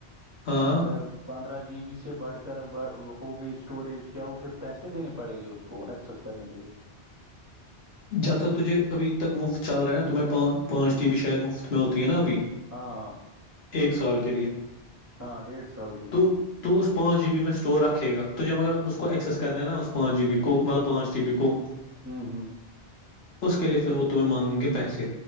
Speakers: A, on the left (about 65°); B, on the right (about 20°).
A: ہاں
B: اگر پندرہ جی بی سے بڑھ کر ہو گئی اسٹوریج کیا وہ پھر پیسے دینے پڑے گی اس کو ایکسیز کرنے کے لیے
A: جب تک تجھے ابھی تک مفت چل رہا ہے نا تو میں پانچ پانچ ٹی بی شاید مفت میں ہوتی ہے نا ابھی
B: ہاں ہاں
A: ایک سال کے لیے
B: ہاں ڈیڑھ سو ہو کے لیے
A: تو تو اس پانچ جی بیی میں اسٹور رکھے گا تو جب مگر اب اس
B: ہاں
A: کو ایکسس کرنے نا اس کو پانچ جی بی کو مطلب پانچ جی بی کوو
B: ہوں ہوں
A: اس کے لیے پھر وہ تمہیں مانگیں گے پیسے